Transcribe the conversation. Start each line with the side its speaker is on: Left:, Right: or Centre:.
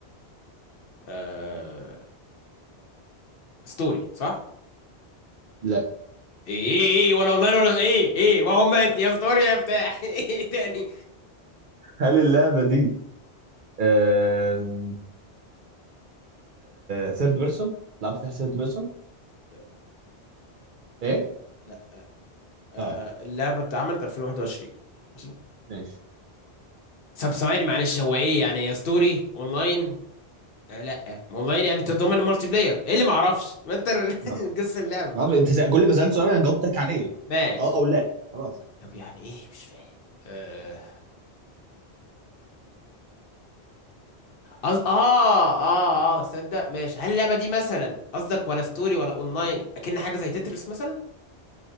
Left: آه ستوري صح
Right: لا
Left: ايه ايه ايه ولا اونلاين ولا ايه ايه ما هم يا ستوري يا بتاع <laughs> ايه تاني
Right: هل اللعبه دي ثيرد بيرسون لعبت فيها ثيرد بيرسون
Left: لا
Right: ايه
Left: لا. آه
Right: طيب
Left: اللعبة اتعملت 2021 ماشي
Right: ماشي
Left: طب ثواني معلش هو ايه يعني يا ستوري اونلاين آه لا ما اونلاين يعني تضمن
Right: معرفش
Left: المالتي بلاير ايه اللي ما اعرفش <laughs> ما انت ال-
Right: ما
Left: <laughs> جس اللعبة
Right: اعرف انت سأ- كل ما سألت سؤال انا جاوبتك عليه
Left: ماشي
Right: اه او لا خلاص
Left: طب يعني ايه مش فاهم آه أز... اه اه اه صدق ماشي هل اللعبة دي مثلا قصدك ولا ستوري ولا اونلاين اكن حاجة زي تترس مثلا